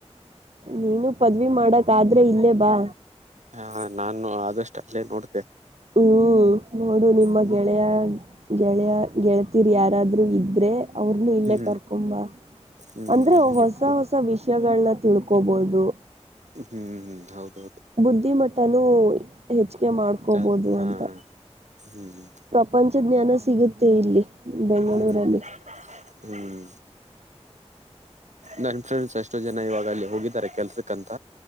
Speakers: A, on the right (about 65°); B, on the right (about 90°).
A: ನೀನು ಪದವಿ ಮಾಡೊದಾದ್ರೆ ಇಲ್ಲೇ ಬಾ.
B: ಹಾ ನಾನು ಆದಷ್ಟ ಅಲ್ಲೇ ನೋಡ್ತೆ
A: ಹ್ಮ್ ನೋಡು ನಿಮ್ಮ
B: ಹ್ಮ್
A: ಗೆಳೆಯ ಗೆಳೆಯ ಗೆಳತಿರ್ ಯಾರಾದ್ರು ಇದ್ರೆ ಅವ್ರನು ಇಲ್ಲೇ
B: ಹ್ಮ್
A: ಕರ್ಕೊಂಡ್ ಬಾ
B: ಹ್ಮ್
A: ಅಂದ್ರೆ ಹೊಸ ಹೊಸ ವಿಷಯ ವಿಷಯಗಳನ್ನ ತಿಳ್ಕೋಬಹುದು.
B: ಹ್ಮ್ ಹ್ಮ್ ಹೌದ ಹೌದು.
A: ಬುದ್ಧಿಮಟ್ಟನು ಹೆಚ್ಚಿಗೆ ಮಾಡ್ಕೋಬೋದು
B: ಜಾಸ್ತಿ ಹಾ
A: ಅಂತ.
B: ಹ್ಮ್ <unintelligible>
A: ಪ್ರಪಂಚದ್ ಜ್ಞಾನ ಸಿಗುತ್ತೆ ಇಲ್ಲಿ. ಬೆಂಗಳೂರಲ್ಲಿ
B: ಹ್ಮ್ ಹ್ಮ್ ನನ್ ಫ್ರೆಂಡ್ಸ್ ಎಷ್ಟೋ ಜನ ಇವಾಗ ಅಲ್ಲಿ ಹೋಗಿದ್ದಾರೆ ಕೆಲ್ಸಕ್ಕಂತ